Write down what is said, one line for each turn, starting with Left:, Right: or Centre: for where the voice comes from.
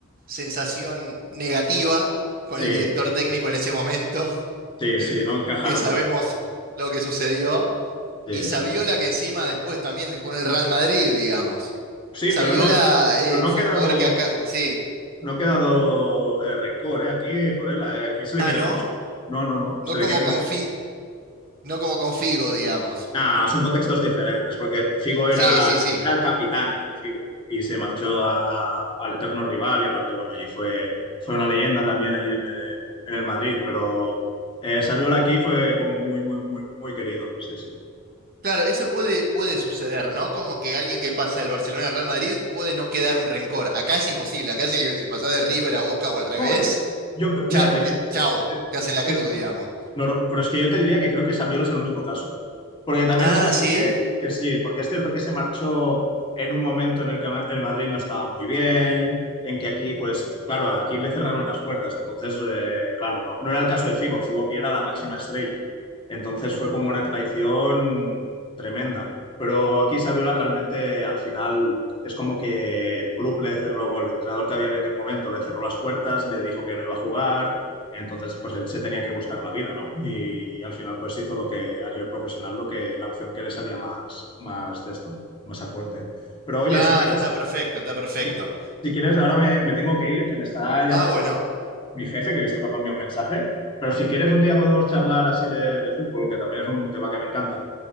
Right: sensación negativa con
Left: Sí,
Right: el director técnico en ese momento,
Left: sí, sí, no
Right: <laughs>
Left: encajaron
Right: que sabemos
Left: bien.
Right: lo que sucedió.
Left: Sí,
Right: Y Saviola,
Left: sí.
Right: que encima después también jugó en el Real Madrid, digamos.
Left: Sí,
Right: Saviola
Left: pero no,
Right: eh,
Left: pero no
Right: fue
Left: ha quedado,
Right: un jugador que acá. Sí.
Left: no ha quedado eh, rencor, eh, aquí por él, eh, aquí se le
Right: Ah,
Left: quiere
Right: ¿no?
Left: mucho. No, no, no,
Right: No
Left: se le
Right: como
Left: quiere muchísimo.
Right: con Fi- no como con Figo, digamos.
Left: Nah, son contextos diferentes, porque Figo era,
Right: Sí, sí, sí.
Left: era el capitán aquí, Figo, y se marchó a- al eterno rival, y aparte, bueno, allí fue, fue una leyenda también allí en el, en el Madrid, pero eh, Saviola aquí fue como muy, muy, muy, muy querido, sí, sí.
Right: Claro, eso puede, puede suceder, ¿no? Como que alguien que pasa del Barcelona al Real Madrid puede no quedar un rencor. Acá es imposible, acá si, le- si pasás de River a Boca o al revés,
Left: No, Yo, cre- mira,
Right: cha-
Left: te, dir-
Right: te- chao, te hacen la
Left: te,
Right: cruz, digamos.
Left: No, no, pero es que yo te diría que creo que Saviola es el único caso, ¿eh? Porque también
Right: Ah,
Left: es cierto
Right: sí,
Left: que, que sí, porque es cierto que se marchó en un momento en el que ma- el Madrid no estaba muy bien, en que aquí, pues, claro, aquí le cerraron las puertas, entonces, eh, claro, no, no era el caso de Figo, Figo que era la máxima estrella. Entonces fue como una traición tremenda. Pero aquí Saviola realmente al final es como que el club le cerró, o el entrenador que había en aquel momento le cerró las puertas, le dijo que no iba a jugar. Entonces, pues él se tenía que buscar la vida, ¿no? Y, al final, pues hizo lo que a nivel profesional, lo que la opción que le salía más, más de esto, más acorde. Pero oye,
Right: claro,
Left: si quieres,
Right: está perfecto, está perfecto.
Left: si, si quieres, ahora me, me tengo que ir, que me está llamando
Right: Ah, bueno,
Left: mi jefe, que he visto que me ha enviado un mensaje. Pero si quieres, un día podemos charlar así de, de fútbol, que también es un tema que me encanta.